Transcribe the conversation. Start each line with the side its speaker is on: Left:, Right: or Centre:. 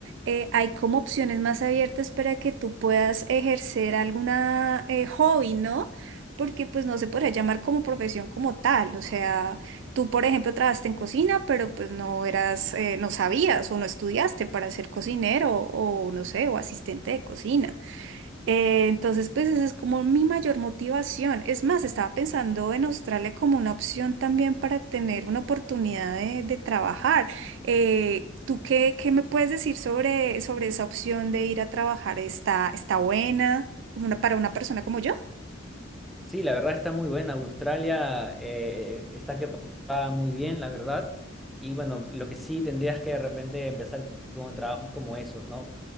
Right: eh, hay como opciones más abiertas para que tú puedas ejercer alguna eh, hobby, ¿no? Porque pues no se puede llamar como profesión como tal. O sea, tú, por ejemplo, trabajaste en cocina, pero pues no eras, eh, no sabías o no estudiaste para ser cocinero o no sé, o asistente de cocina. Eh, entonces, pues esa es como mi mayor motivación. Es más, estaba pensando en Australia como una opción también para tener una oportunidad de, de trabajar. Eh, ¿tú qué, qué me puedes decir sobre, sobre esa opción de ir a trabajar? ¿Está, está buena como una- para una persona como yo?
Centre: Sí, la verdad está muy buena. Australia eh, está que va muy bien, la verdad. Y bueno, lo que sí tendrías que de repente empezar con trabajos como esos, ¿no?